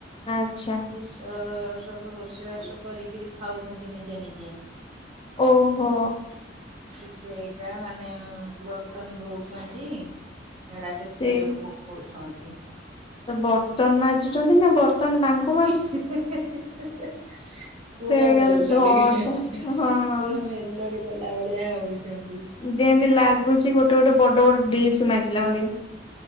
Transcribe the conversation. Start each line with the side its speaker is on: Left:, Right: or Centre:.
Left: ଆଚ୍ଛା
Right: ସେ ସ ସବୁ ରୋଷେଇ ବାସ କରିକିରି ଖାଉଛନ୍ତି ନିଜେ ନିଜେ
Left: ଓହୋ
Right: ଏ କି ସେଇଟା ମାନେ ବର୍ତ୍ତନ ଧଉଛନ୍ତି ସେଇଡ଼ା
Left: ସେ
Right: କେତେ ଜୋର ପକାଉଛନ୍ତି
Left: ବର୍ତ୍ତନ ମାଜୁଛନ୍ତି ନା ବର୍ତ୍ତନ ତାଙ୍କ
Right: ହୁ ହୁ ହୁ ପୁରା
Left: ଏକାଥରେ
Right: ମେଲଡି
Left: ଧଡ
Right: ହେହେହେହେ
Left: ଧ ହଁ
Right: ପୁରା ମେଲଡି କଲା ଭଳିଆ ହଉଛନ୍ତି
Left: ଯେମତି ଲାଗୁଛି ଗୋଟେ ଗୋଟେ ବଡ ବଡ ଡିସ୍ ମାଜିଲା ଭଳିଆ